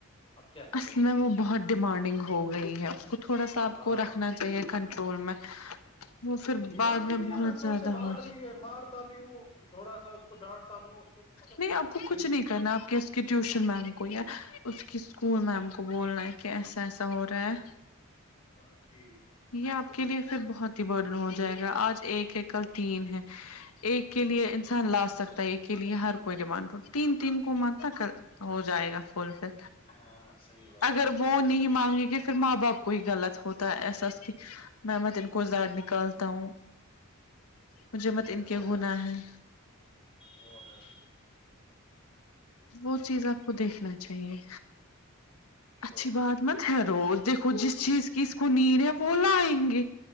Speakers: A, on the left; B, on the left.
A: اب کیا کرے
B: اصل میں وہ بہت ڈیمانڈنگ ہو گئی ہے وہ تھوڑا سا آپ
A: ہاں
B: کو رکھنا چاہیے کنٹرول میں وہ پھر بعد
A: مانتی
B: میں
A: نہیں
B: بہت
A: ہے کنٹرول
B: زیادہ
A: سے باہر
B: ہو
A: گئی ہے مارتا بھی وہ تھوڑا سا کو ڈانٹتا بھی ہوں اس کو
B: نہیں آپ کو
A: پھر
B: کچھ نہیں
A: بھی
B: کرنا آپ کیس اس کی ٹیوشن میم کو یا اس کی اسکول میم کو بولنا ہے کہ ایسا ایسا ہو رہا ہے
A: ہاں ٹھیک
B: یہ آپ کے لیے پھر بہت ہی برڈن ہو جائے گا آج ایک ہے کل تین ہے ایک کے لیے لا سکتا ہے ایک کے لیے ہر کوئی ڈمانڈ تین تین کو متک ہو جائے گا فل فل
A: ہاں صحیح بات
B: اگر
A: ہے صحیح
B: وہ
A: بات
B: نہیں
A: ہے
B: مانگے گے پھر ماں باپ کوئی غلط ہوتا ہے ایسا ممت ان کو زاڑ نکالتا ہوں مجھے مت ان
A: وہ
B: کے گناہ
A: ہے
B: ہیں
A: وہ ہے
B: وہ چیز آپ کو دیکھنا چاہیے
A: شور
B: اچھی بات
A: شور
B: مت روز دیکھو جس چیز کی اس کو نید ہے وہ لائیں گے